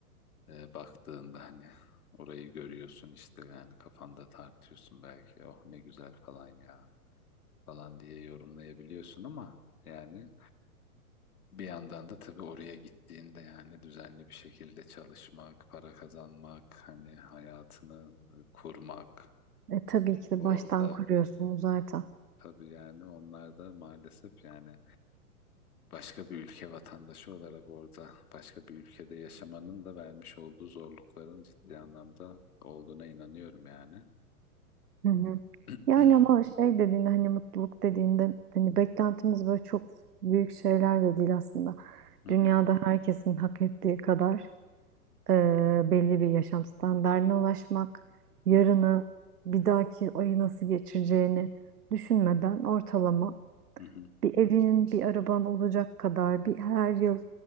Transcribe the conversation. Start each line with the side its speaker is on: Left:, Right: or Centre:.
Left: E, baktığında hani orayı görüyorsun işte yani kafanda tartıyorsun belki oh ne güzel falan ya falan diye yorumlayabiliyorsun ama yani bir yandan da tabii oraya gittiğinde yani düzenli bir şekilde çalışmak, para kazanmak, hani hayatını e, kurmak
Right: E, tabii ki de
Left: orada
Right: baştan kuruyorsunuz zaten.
Left: tabii yani onlar da maalesef yani başka bir ülke vatandaşı olarak orada başka bir ülkede yaşamanın da vermiş olduğu zorlukların ciddi anlamda olduğuna inanıyorum yani.
Right: Hı hı.
Left: <clears throat>
Right: Yani ama şey dediğinde hani mutluluk dediğinde hani beklentimiz böyle çok büyük şeyler de değil aslında.
Left: Hı
Right: Dünyada
Left: hı,
Right: herkesin hak ettiği kadar e, belli bir yaşam standardına ulaşmak, yarını
Left: hı hı,
Right: bir dahaki ayı nasıl geçireceğini düşünmeden ortalama
Left: hı hı,
Right: bir evinin bir araban olacak kadar bir her yıl